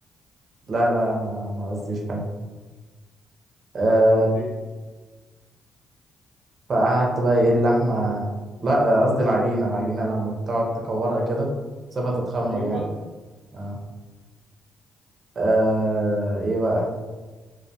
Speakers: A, on the right; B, on the left.
A: لا لا ما ما قصديش حاجه آه
B: انت هتقول لي
A: فقعدت بقى ايه اللحمه لا آه، قصدي العجينه العجينه لما بتقعد تكورها كده تسيبها تتخمر
B: ايوه
A: يعني آه. آه ايه بقى